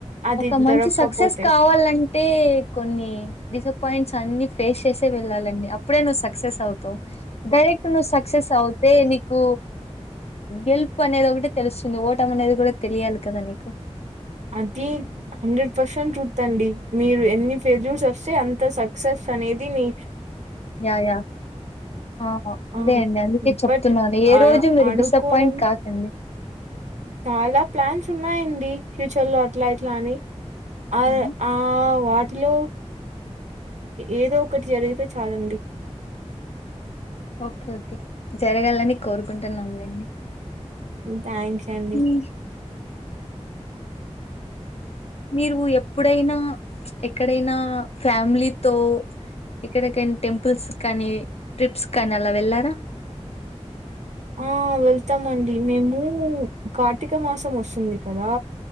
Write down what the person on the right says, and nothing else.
అది
దొరక్కపోతే
అదే హండ్రెడ్ పర్సెంట్ ట్రూత్ అండి మీరు ఎన్ని ఫెయిల్యూస్ వస్తే అంత సక్సెస్ అనేది నీ
ఆ
బట్
ఆ
అనుకోవడం
చాలా ప్లాన్స్ ఉన్నాయండి ఫ్యూచర్ లో అట్లా ఇట్లా అని ఆ
ఆ వా టిలో ఏదో ఒకటి జరిగితే చాలండి
ఉ థ్యాంక్స్ అండి
ఆ వెళ్తామండి మేము కార్తీక మాసం వస్తుంది కదా